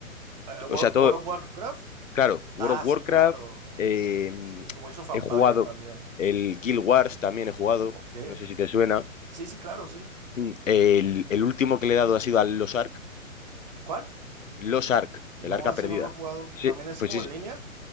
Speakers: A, on the right; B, on the left.
A: Eh,
B: o
A: Wo-
B: sea, todo,
A: World of Warcraft.
B: claro, World
A: Ah,
B: of Warcraft,
A: sí, claro.
B: eh, mm,
A: Sí, como hizo Vampire
B: he jugado
A: también.
B: el Guild Wars, también he jugado,
A: Ok.
B: no sé si te suena.
A: Sí, sí, claro, sí.
B: Mm, El, el último que le he dado ha sido al Los Ark,
A: ¿Cuál?
B: Los Ark, el
A: No,
B: Arca
A: ese
B: Perdida.
A: no lo he jugado.
B: Sí,
A: ¿También es
B: pues
A: como
B: es,
A: en línea?